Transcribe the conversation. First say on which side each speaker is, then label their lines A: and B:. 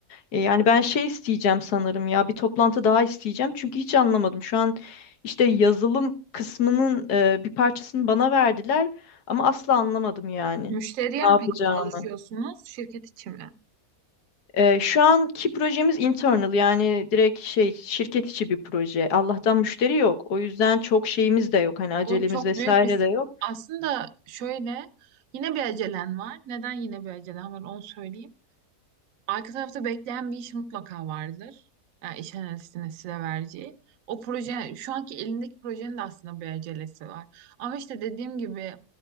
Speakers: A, on the left; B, on the right.
A: E, yani ben şey isteyeceğim sanırım ya bir toplantı daha isteyeceğim. Çünkü hiç anlamadım. Şu an işte yazılım kısmının e, bir parçasını bana verdiler ama asla anlamadım yani.
B: Müşteriye
A: Ne
B: mi
A: yapacağımı.
B: peki çalışıyorsunuz, şirket içi mi?
A: Ee, şu anki projemiz internal yani direkt şey şirket içi bir proje. Allah'tan müşteri yok. O yüzden çok şeyimiz de yok. Hani acelemiz
B: O çok
A: vesaire
B: büyük bir...
A: de yok.
B: Aslında şöyle, yine bir acelen var. Neden yine bir acelen var onu söyleyeyim. Arka tarafta bekleyen bir iş mutlaka vardır. Yani iş analistinin size vereceği. O proje, şu anki elindeki projenin de aslında bir acelesi var. Ama işte dediğim gibi